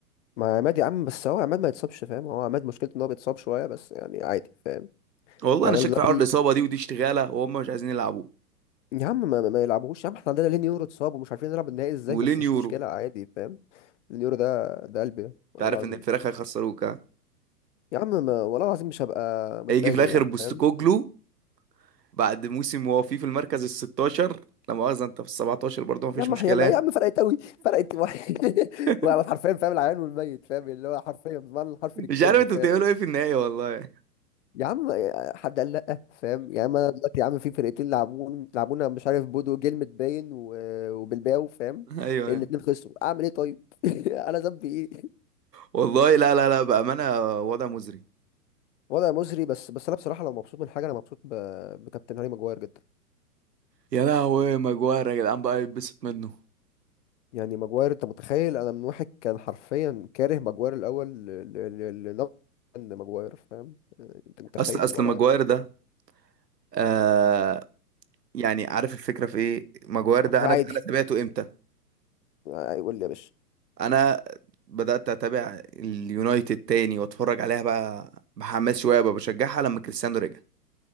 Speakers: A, on the left; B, on the right.
A: ما عماد يا عم بس هو عماد ما يتصابش فاهم هو عماد مشكلته ان هو بيتصاب شويه بس يعني عادي فاهم
B: والله
A: يعني
B: انا شاك
A: انا دلوقتي
B: في حوار الاصابه دي ودي اشتغاله وهم مش عايزين يلعبوه
A: يا عم ما, ما ما يلعبوهوش يا عم احنا عندنا لين يورو اتصاب ومش عارفين نلعب النهائي ازاي
B: ولين
A: بس مش
B: يورو
A: مشكله عادي فاهم اليورو ده ده قلبي
B: انت
A: والله
B: عارف
A: العظيم
B: ان الفراخ هيخسروك ها
A: يا عم ما والله العظيم مش هبقى متفاجئ
B: هيجي في الاخر
A: يعني
B: بوستكوجلو
A: فاهم
B: بعد موسم وهو فيه في المركز ال 16 لا مؤاخذه انت في ال 17 برضه مفيش
A: يا عم
B: مشكله
A: يا عم
B: يعني
A: يا عم فرقت قوي فرقت واحد <laughs>
B: <laughs>
A: وانا حرفيا فاهم العيان والميت فاهم اللي هو حرفيا بمعنى الحرفي
B: مش
A: للكلمه
B: عارف انتوا
A: فاهم
B: بتعملوا ايه في النهايه والله
A: يا عم حد قال لا فاهم يا عم انا دلوقتي يا عم في فرقتين لعبون لعبونا مش عارف بودو جلمت باين و- آه، وبلباو فاهم
B: <laughs> ايوه
A: الاتنين خسروا اعمل ايه طيب <laughs> انا ذنبي ايه
B: والله لا لا لا بامانه وضع مزري
A: وضع مزري بس بس انا بصراحه لو مبسوط من حاجه انا مبسوط ب... بكابتن هاري ماجواير جدا
B: يا لهوي ماجواير يا جدعان بقى يتبسط منه
A: يعني ماجواير انت متخيل انا من واحد كان حرفيا كاره ماجواير الاول ل... ل... ل... لنقد ماجواير فاهم انت متخيل
B: اصل اصل
A: الوضع
B: ماجواير ده آه يعني عارف الفكره في ايه ماجواير ده
A: هو
B: انا
A: عادي
B: انا تابعته امتى
A: آه، يقول لي يا باشا
B: انا بدات اتابع اليونايتد تاني واتفرج عليها بقى بحماس شويه بقى بشجعها لما كريستيانو رجع